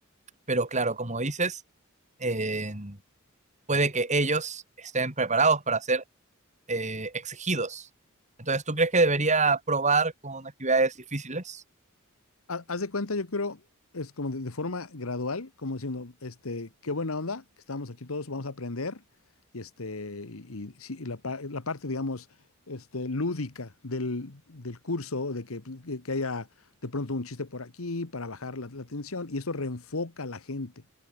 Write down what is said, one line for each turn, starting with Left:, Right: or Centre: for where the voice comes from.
Right: Pero claro, como dices, eh, puede que ellos estén preparados para hacer eh, exigidos. Entonces, ¿tú crees que debería probar con actividades difíciles?
Left: ha- haz de cuenta, yo creo, es como de, de forma gradual, como diciendo, este, qué buena onda, que estamos aquí todos, vamos a aprender, y este, y, y sí, y la, pa- la parte, digamos, este, lúdica del, del curso, de que, pues, que- que haya de pronto un chiste por aquí para bajar la, la tensión, y eso reenfoca a la gente.